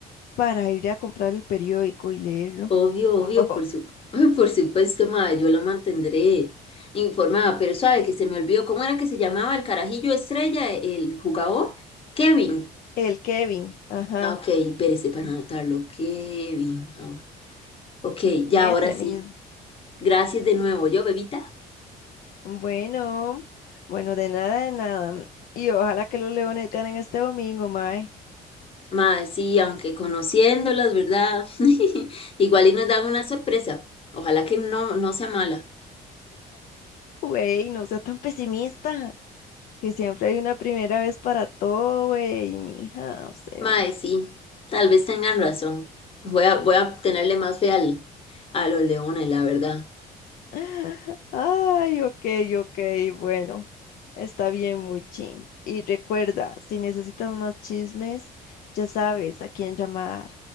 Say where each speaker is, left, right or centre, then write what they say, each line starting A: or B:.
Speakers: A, on the left (about 60°); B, on the left (about 35°).
A: para ir a comprar el periódico y leerlo.
B: Obvio, obvio,
A: <laughs>
B: por su, <laughs> por supuesto, madre, yo lo mantendré informada, pero sabe que se me olvidó cómo era que se llamaba el carajillo estrella, el jugador, Kevin.
A: El Kevin, ajá,
B: Ah, Ok, espérese para anotarlo, Kevin. Ah, Ok, ya
A: ese
B: ahora sí.
A: mismo.
B: Gracias de nuevo, yo, bebita.
A: Bueno, bueno, de nada, de nada. Y ojalá que los leones ganen este domingo, mae.
B: Madre sí, aunque conociéndolas, ¿verdad? <laughs> Igual y nos dan una sorpresa. Ojalá que no, no sea mala.
A: Güey, no sea tan pesimista. Que siempre hay una primera vez para todo, güey, mija, o sea.
B: Madre sí, tal vez tengan razón. Voy a, voy a tenerle más fe al, a los leones, la verdad.
A: <laughs> Ay, ok, ok, bueno, está bien, Mulchi. Y recuerda, si necesitas más chismes, ya sabes a quién llamar.